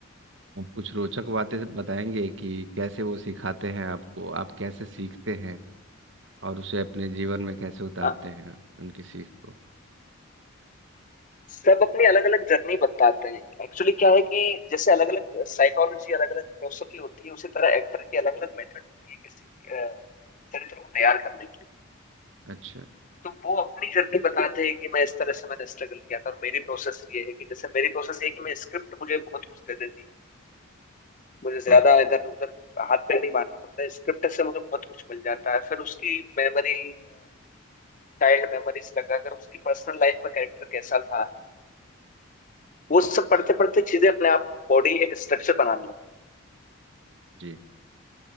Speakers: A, on the right; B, on the left.
A: आप कुछ रोचक बातें बताएंगे कि कैसे वो सिखाते हैं आपको आप कैसे सीखते हैं और उसे अपने जीवन में कैसे उतारते
B: हाँ,
A: हैं उनकी सीख को
B: सब अपनी अलग अलग जर्नी बताते हैं एक्चुअली क्या है कि जैसे अलग अलग साइकोलॉजी अलग अलग फिलोसफी होती है उसी तरह एक्टर की अलग अलग मेथड होती है किसी अ, चरित्र को तैयार करने के लिए
A: अच्छा
B: तो वो अपनी जर्नी बताते हैं कि मैं इस तरह से मैंने स्ट्रगल किया था और मेरी प्रोसेस ये है कि जैसे मेरी प्रोसेस ये है कि मैं स्क्रिप्ट मुझे बहुत कुछ दे देती है मुझे ज्यादा
A: ओके
B: इधर उधर हाथ पैर नहीं मारना पड़ता है स्क्रिप्ट से मुझे बहुत कुछ मिल जाता है फिर उसकी मेमोरी चाइल्ड मेमोरीज लगाकर उसकी पर्सनल लाइफ में कैरेक्टर कैसा था वो सब पढ़ते पढ़ते चीजें अपने आप बॉडी एक स्ट्रक्चर बनाने लगी
A: जी